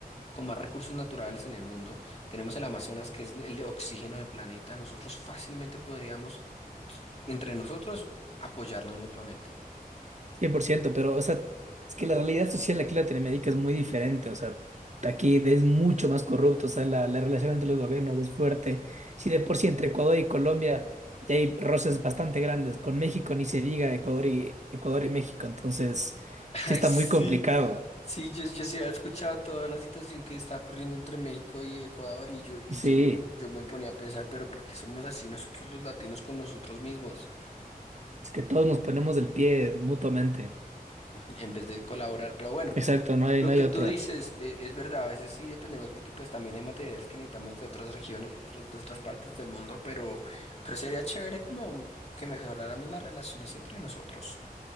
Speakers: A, on the left; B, on the right.
A: con más recursos naturales en el mundo, tenemos el Amazonas que es el oxígeno del planeta, nosotros fácilmente podríamos, entre nosotros, apoyarnos mutuamente.
B: cien por ciento pero, o sea, es que la realidad social aquí en Latinoamérica es muy diferente, o sea, aquí es mucho más corrupto, o sea, la, la relación entre los gobiernos es fuerte. Si de por sí entre Ecuador y Colombia ya hay roces bastante grandes, con México ni se diga Ecuador y, Ecuador y México, entonces
A: Ay,
B: sí está
A: sí.
B: muy complicado.
A: Sí, yo, yo sí había escuchado toda la situación que está ocurriendo entre México y Ecuador y yo, y
B: Sí,
A: yo, yo me ponía a pensar, pero ¿por qué somos así nosotros los latinos con nosotros mismos
B: es que todos nos ponemos del pie mutuamente.
A: en vez de colaborar? Pero bueno,
B: Exacto, no hay,
A: lo
B: no hay
A: que
B: otra.
A: tú dices eh, es verdad, a veces sí dependemos porque pues también hay materiales que necesitamos de otras regiones, de otras, de otras partes del mundo, pero, pero sería chévere como que mejoráramos las relaciones entre nosotros.